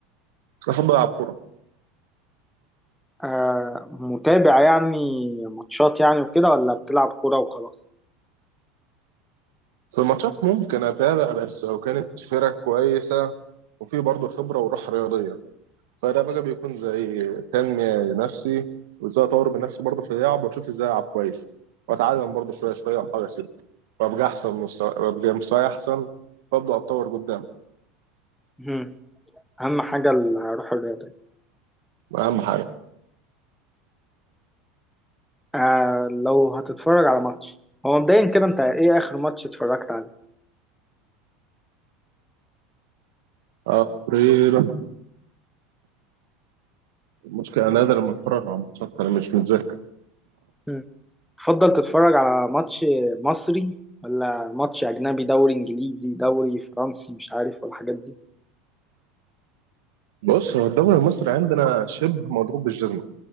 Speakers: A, on the right; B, in the centre.
A: المفروض بلعب كوره
B: آه متابع يعني ماتشات يعني وكده ولا بتلعب كوره وخلاص
A: في الماتشات ممكن اتابع بس لو كانت فرق كويسه وفي برضه خبره وروح رياضيه فده بقى بيكون زي تنميه لنفسي وازاي اطور بنفسي برضه في اللعب واشوف ازاي العب كويس واتعلم برضه شويه شويه واحاول اسد وابقى احسن مستوى وابقى مستواي احسن وابدا اتطور قدام
B: مم. اهم حاجه الروح الرياضيه
A: اهم حاجه
B: آه لو هتتفرج على ماتش هو مبدئيا كده انت ايه اخر ماتش اتفرجت عليه
A: تقريبا المشكله انا نادر لما اتفرج على ماتشات انا مش متذكر
B: مم. تفضل تتفرج على ماتش مصري ولا ماتش اجنبي دوري انجليزي دوري فرنسي مش عارف والحاجات دي
A: بص هو الدوري المصري عندنا شبه مضروب بالجزمه